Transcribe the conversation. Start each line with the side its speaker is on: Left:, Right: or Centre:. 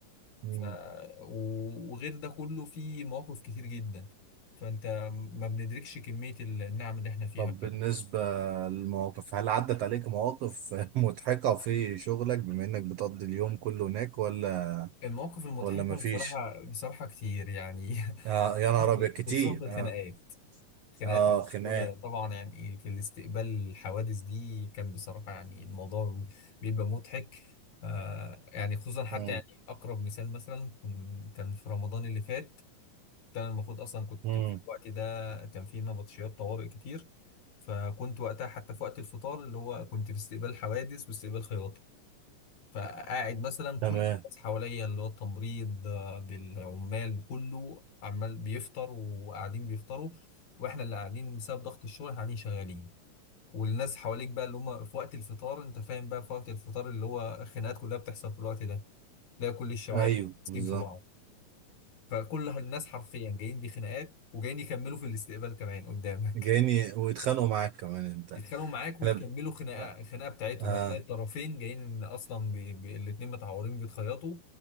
Right: مم.
Left: ف... و- وغير ده كله في مواقف كتير جدا فأنت ما بندركش كمية النعم اللي احنا فيها
Right: طب
Left: بجد
Right: بالنسبة للمواقف هل عدت عليك مواقف <laughs> مضحكة في شغلك بما إنك بتقضي اليوم كله هناك ولا
Left: المواقف المضحكة
Right: ولا مفيش؟
Left: بصراحة بصراحة كتير يعني
Right: آه يا
Left: <laughs>
Right: نهار أبيض كتير
Left: خصوصا في الخناقات
Right: آه
Left: الخناقات
Right: آه
Left: اللي
Right: خناقة
Left: موجودة طبعا يعني في الاستقبال الحوادث دي كان بصراحة يعني الموضوع بيبقى مضحك آه يعني خصوصا حتى
Right: مم.
Left: يعني أقرب مثال مثلا كن- كان في رمضان اللي فات كان المفروض أصلا كنت
Right: مم.
Left: في الوقت ده كان في نبطشيات طوارئ كتير فكنت وقتها حتى في وقت الفطار اللي هو كنت في استقبال حوادث واستقبال خياطة فقاعد مثلا كل
Right: تمام
Left: الناس حواليا اللي هو التمريض آه، بالعمال كله عمال بيفطر وقاعدين بيفطروا واحنا اللي قاعدين بسبب ضغط الشغل قاعدين شغالين والناس حواليك بقى اللي هم في وقت الفطار انت فاهم بقى في وقت الفطار اللي هو خناقات كلها بتحصل في الوقت ده تلاقي كل الشوارع
Right: أيوه
Left: ماسكين
Right: بالظبط
Left: في بعض فكل الناس حرفيا جايين بخناقات وجايين يكملوا في الاستقبال كمان قدامك
Right: جايني ويتخانقوا معاك كمان أنت
Left: يتخانقوا معاك ويكملوا
Right: إحنا ب-
Left: خناقه
Right: آه
Left: الخناقه بتاعتهم
Right: آه،
Left: يعني هتلاقي الطرفين جايين اصلا بي... بي... الاتنين متعورين بيتخيطوا